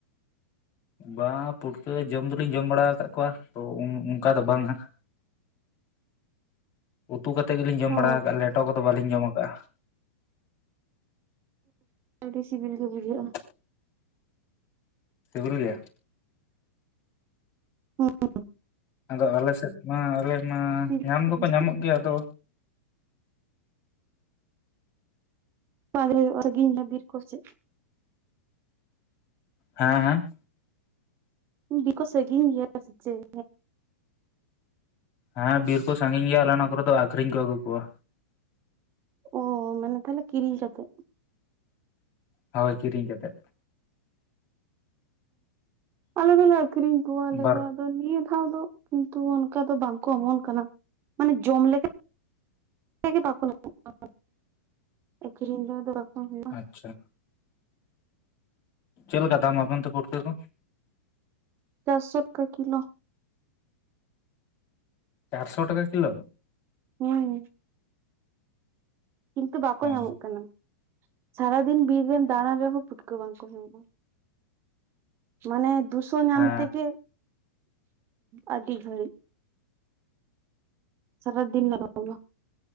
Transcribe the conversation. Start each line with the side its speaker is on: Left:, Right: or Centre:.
Left: ᱵᱟᱝ ᱯᱩᱴᱠᱟᱹ ᱡᱚᱢ ᱫᱚᱞᱤᱧ ᱡᱚᱢ ᱵᱟᱲᱟ ᱟᱠᱟᱫ ᱠᱚᱣᱟ ᱛᱚ ᱚᱱᱠᱟ ᱫᱚ ᱵᱟᱝ ᱦᱟᱸᱜ᱾
Right: <inaudible>
Left: ᱩᱛᱩ ᱠᱟᱛᱮᱫ ᱜᱮᱞᱤᱧ ᱡᱚᱢ
Right: ᱚ
Left: ᱵᱟᱲᱟ ᱠᱟᱜᱼᱟ ᱞᱮᱴᱚ ᱠᱚᱫᱚ ᱵᱟᱟᱹᱞᱤᱧ ᱡᱚᱢ ᱠᱟᱜᱼᱟ᱾
Right: ᱟᱹᱰᱤ ᱥᱤᱵᱤᱞ ᱜᱮ ᱵᱩᱡᱷᱟ᱾
Left: <unintelligible> ᱥᱤᱵᱤᱞ ᱜᱮᱭᱟ᱾
Right: ᱦᱩ ᱩ᱾
Left: ᱟᱫᱚ ᱟᱞᱮ ᱥᱮᱫ ᱢᱟ ᱟᱞᱮ ᱢᱟ
Right: ᱥᱤᱵᱤᱞ
Left: ᱧᱟᱢ
Right: ᱜᱮ
Left: ᱫᱚᱠᱚ
Right: ᱵᱩᱡᱷᱟᱹᱜ
Left: ᱧᱟᱢᱚᱜ ᱜᱮᱭᱟ ᱟᱫᱚ
Right: <unintelligible> ᱵᱤᱨ ᱠᱚ ᱥᱮ ᱪᱮᱫ
Left: ᱦᱮᱸ ᱦᱮᱸ
Right: ᱵᱤᱨ ᱠᱚ ᱥᱟᱹᱜᱤᱧ ᱜᱮᱭᱟ ᱥᱮ ᱪᱮ?
Left: ᱦᱮᱸ ᱵᱤᱨ ᱠᱚ ᱥᱟᱹᱜᱤᱧ ᱜᱮᱭᱟ ᱟᱞᱮ ᱱᱟᱣᱟ ᱠᱚᱨᱮ ᱫᱚ ᱟᱠᱷᱨᱤᱧ ᱠᱚ ᱟᱹᱜᱩ ᱠᱚᱣᱟ᱾
Right: ᱚ ᱢᱟᱱᱮ ᱛᱟᱦᱚᱞᱮ ᱠᱤᱨᱤᱧ ᱠᱟᱛᱮ᱾
Left: ᱦᱳᱭ ᱠᱤᱨᱤᱧ ᱠᱟᱛᱮ᱾
Right: ᱟᱞᱮ ᱫᱚᱞᱮ ᱟᱠᱷᱨᱤᱧ ᱠᱚᱣᱟ ᱟᱞᱮ
Left: ᱵᱟᱨ
Right: ᱫᱚ᱾ ᱱᱤᱭᱟᱹ ᱫᱷᱟᱣ ᱫᱚ ᱠᱤᱱᱛᱩ ᱚᱱᱠᱟ ᱫᱚ ᱵᱟᱝᱠᱚ ᱚᱢᱚᱱ ᱠᱟᱱᱟ ᱢᱟᱱᱮ ᱡᱚᱢ ᱞᱮᱠᱟ <unintelligible> ᱧᱟᱢᱚᱜ ᱠᱟᱱᱟ ᱟᱹᱠᱷᱨᱤᱧ ᱫᱚ ᱦᱩᱭᱩᱜᱼᱟ
Left: ᱟᱪᱪᱷᱟ᱾ ᱪᱮᱫ ᱞᱮᱠᱟ ᱫᱟᱢ ᱟᱯᱮ ᱟᱱᱛᱮ ᱯᱩᱴᱠᱟᱹ ᱠᱚ᱾
Right: ᱪᱟᱨᱥᱚ ᱴᱟᱠᱟ ᱠᱤᱞᱳ᱾
Left: ᱪᱟᱨᱥᱚ ᱴᱟᱠᱟ ᱠᱤᱞᱳ?
Right: ᱦᱩᱸ᱾ ᱠᱤᱱᱛᱩ ᱵᱟᱠᱚ
Left: ᱚ
Right: ᱧᱟᱢᱚᱜ ᱠᱟᱱᱟ ᱥᱟᱨᱟᱫᱤᱱ ᱵᱤᱨ ᱨᱮᱱ ᱫᱟᱬᱟᱱ ᱨᱮᱦᱚᱸ ᱯᱩᱴᱠᱟᱹ ᱵᱟᱝᱠᱚ ᱧᱟᱢᱚᱜᱼᱟ᱾ ᱢᱟᱱᱮ ᱫᱩᱥᱚ ᱧᱟᱢ
Left: ᱦᱮᱸ
Right: ᱛᱮᱜᱮ ᱟᱹᱰᱤ ᱜᱷᱟᱹᱲᱤᱡ᱾ ᱥᱟᱨᱟ ᱫᱤᱱ ᱞᱟᱜᱟᱣ ᱟᱢᱟ᱾